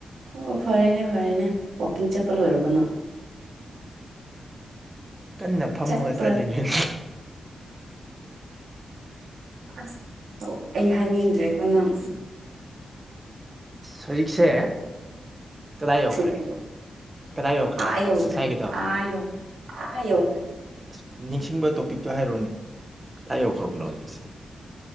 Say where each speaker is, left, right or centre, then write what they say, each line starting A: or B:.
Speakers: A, on the right (about 85°); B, on the right (about 20°).
A: ꯑꯣ ꯐꯔꯦꯅꯦ ꯐꯔꯦꯅꯦ ꯋꯥꯥꯛꯀꯤꯡ ꯆꯄꯜ ꯑꯣꯏꯔꯕ ꯅ
B: ꯀꯟꯅ ꯐꯝꯃꯒ
A: ꯆꯠꯄ꯭ꯔꯥ
B: ꯆꯠꯂꯤꯅꯦ
A: ꯑꯁ ꯑꯩ ꯍꯥꯏꯅꯤꯡꯗ꯭ꯔꯦꯀꯣ ꯅꯪ
B: ꯍꯧꯖꯤꯛꯁꯦ ꯀꯗꯥꯏ ꯌꯧꯈ꯭ꯔꯦ
A: ꯀꯗꯨ
B: ꯀꯗꯥꯏ ꯌꯧꯈ꯭ꯔꯦ
A: ꯑ ꯌꯧꯒ꯭ꯔꯦ
B: ꯉꯁꯥꯏꯒꯤꯗꯣ
A: ꯑ ꯌꯣꯒ꯭ꯔ ꯑ ꯌꯧꯒ꯭ꯔꯦ
B: ꯑꯁ ꯅꯤꯡꯁꯤꯡꯕ ꯇꯣꯄꯤꯛꯇꯣ ꯍꯥꯏꯔꯛꯑꯣꯅꯦ ꯀꯗꯥꯏ ꯌꯧꯈ꯭ꯔꯕꯅꯣ ꯍꯧꯖꯤꯛꯁꯦ